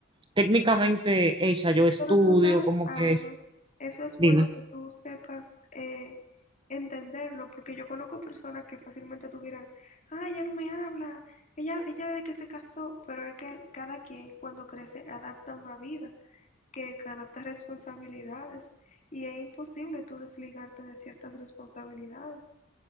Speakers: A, on the right; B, on the left.
A: técnicamente hecha, yo estudio,
B: Pero tú sabes
A: como
B: algo,
A: que,
B: eso es bueno
A: dime.
B: que tú sepas eh, entenderlo, porque yo conozco personas que fácilmente tuvieran, ah, ella no me habla, ella, ella desde que se casó, pero es que cada quien cuando crece adapta una vida, que adapta responsabilidades, y es imposible tú desligarte de ciertas responsabilidades.